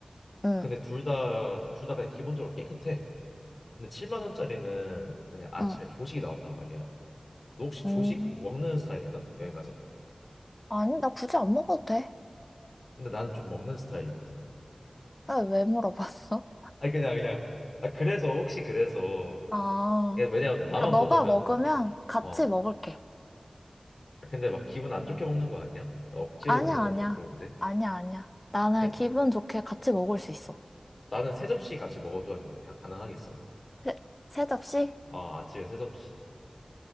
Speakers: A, on the left; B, on the left.
A: 응,
B: 근데 둘 다 둘 다 그냥 기본적으로 깨끗해. 근데 7만 원짜리는 뭐냐 아침에
A: 응.
B: 조식이 나온단 말이야. 너 혹시 조식
A: 음,
B: 먹는 스타일인가? 여행 가서?
A: 아니, 나 굳이 안 먹어도 돼.
B: 근데 나는 좀 먹는 스타일이거든.
A: 나 왜 물어봤어?
B: 아니 그냥 그냥 아 그래서 혹시 그래서
A: <laughs> 아.
B: 이게 왜냐면 나만
A: 아, 너가
B: 먹으면
A: 먹으면 같이
B: 어
A: 먹을게.
B: 아, 근데 막 기분 안 좋게 먹는 거 아니야? 억지로
A: 아니야,
B: 먹는
A: 아니야.
B: 거 좀 그런데.
A: 아니야, 아니야. 나는
B: 걔-
A: 기분 좋게 같이 먹을 수 있어.
B: 나는 세 접시 같이 먹어줘야 되는데 가- 가능하겠어?
A: 세, 세 접시?
B: 아 아침에 세 접시.